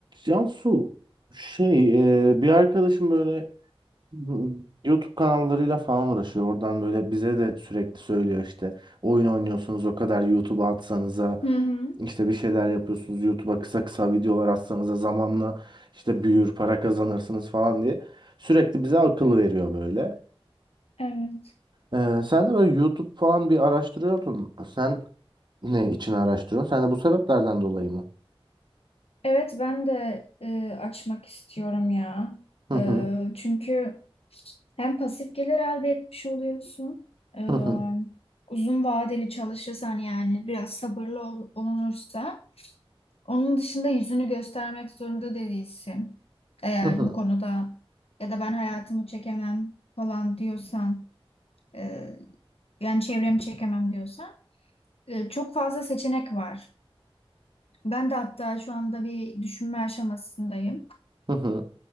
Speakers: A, on the right; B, on the left.
A: Cansu şey e, bir arkadaşım böyle hmm, YouTube kanallarıyla falan uğraşıyor. Oradan böyle bize de sürekli söylüyor işte oyun oynuyorsunuz o kadar YouTube'a atsanıza
B: Hı hı.
A: işte bir şeyler yapıyorsunuz YouTube'a kısa kısa videolar atsanıza zamanla işte büyür para kazanırsınız falan diye sürekli bize akıl veriyor böyle.
B: Evet.
A: E, sen de böyle YouTube falan bir araştırıyordun. Sen ne için araştırıyorsun? Sen de bu sebeplerden dolayı mı?
B: Evet ben de e, açmak istiyorum ya.
A: Hı
B: E,
A: hı
B: çünkü hem pasif gelir elde etmiş oluyorsun. e,
A: hı hı
B: uzun vadeli çalışırsan yani biraz sabırlı ol- olunursa onun dışında yüzünü göstermek zorunda da değilsin. Eğer
A: hı hı.
B: bu konuda ya da ben hayatımı çekemem falan diyorsan e, yani çevremi çekemem diyorsan e, çok fazla seçenek var. Ben de hatta şu anda bir düşünme aşamasındayım.
A: hı hı.